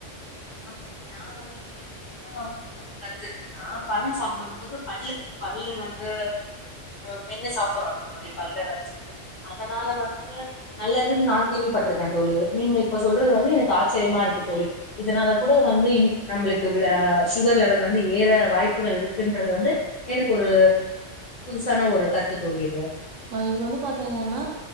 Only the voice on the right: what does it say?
அ இது வந்து பாத்தீங்கன்னா